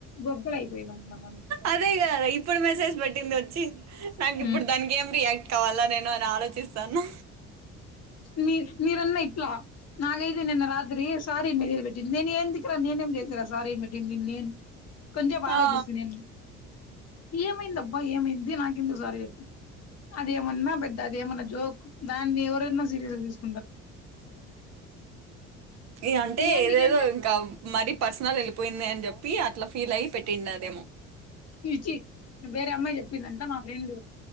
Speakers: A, on the left (about 45°); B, on the right (about 50°).
A: గొగ్గలు అయిపోయేదాన్ని మనం అంతా.
B: అదే కదా ఇప్పుడు మెసేజ్ పెట్టింది వచ్చి నాకు ఇప్పుడు
A: ఉమ్
B: దానికి ఏం రియాక్ట్ కావాలా నేను అని ఆలోచిస్తాను
A: మీ మీరన్న ఇట్లా నాగైతే నిన్న రాత్రి సారి మెస్సేజ్ బెట్టింది నేను ఎందుకుర నేనేం చేశారా సారి పెట్టింది పిన్ని నేను కొంచెం ఆలోచూస్తని
B: ఆ
A: ఏమైందాబ్బా ఏమైంది నాకెందుకు సార చెప్ప అదేమన్నా పెద్ద అదేమన్నా జోక్ దాన్ని ఎవరన్నో సీరియస్ గా తీసుకున్
B: ఈ అంటే
A: ఏంటికంటే
B: ఏదేదో ఇంకా మరీ పర్సనల్ వెళ్ళిపోయింది అని చెప్పి అట్లా ఫీల్ అయి పెట్టి ఉందేమో
A: ఇచ్చి వేరే అమ్మాయి చెప్పిందంట మా ఫ్రెండ్